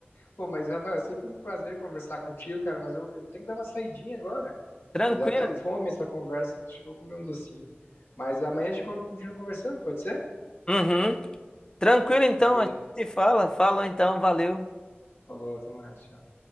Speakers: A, on the left; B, on the left.
A: Pô, mas Rafael, é sempre um prazer conversar contigo, cara, mas eu, eu vou ter que dar uma saidinha agora.
B: Tranquilo.
A: Eu dei até fome essa conversa, acho que eu vou comer um docinho. Mas amanhã a gente con- continua conversando, pode ser?
B: Uhum. Tranquilo então,
A: Valeu.
B: a gente se fala. Falou então, valeu.
A: Falou, até mais, tchau.